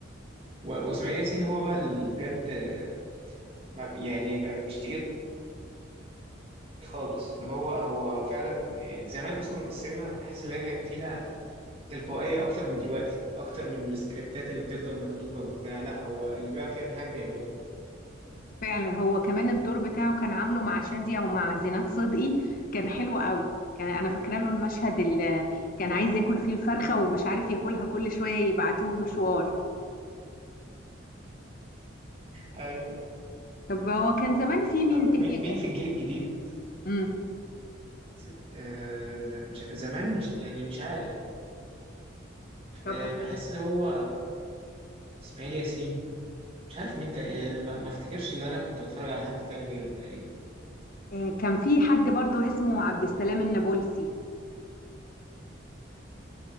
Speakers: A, on the right (about 30°); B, on the left (about 45°).
A: و- واسماعيل ياسين هو بقى اللي بجد آه، ما- يعني ما- مش تقيل خالص اللي هو هو فعلا يعني زمان اصلا السينما بحس ان هي كان فيها تلقائيه اكتر من دلوقتي اكتر من السكريبتات اللي بتفضل مكتوبه وبتاع لا هو اللي بيعرف يعمل حاجه بيعملها
B: فعلا هو كمان الدور بتاعه كان عامله مع شادية ومع زينات صدقي كان حلو قوي كان انا فاكره له المشهد اللي كان عايز ياكل فيه الفرخة ومش عارف ياكلها كل شوية يبعتوه مشوار
A: ايوه
B: طب هو كان زمان في مين
A: طب مي-
B: تاني
A: مين
B: غير
A: في الجيل الجديد
B: امم
A: ز- آه ز- مش زمان مش يعني مش عارف
B: طب
A: آه بحس اللي هو اسماعيل ياسين مش عارف مين تا... يعني ما ما افتكرش اللي انا كنت بتفرج على حد تاني غيره تقريبا
B: آه، كان في حد برضو اسمه عبد السلام النابلسي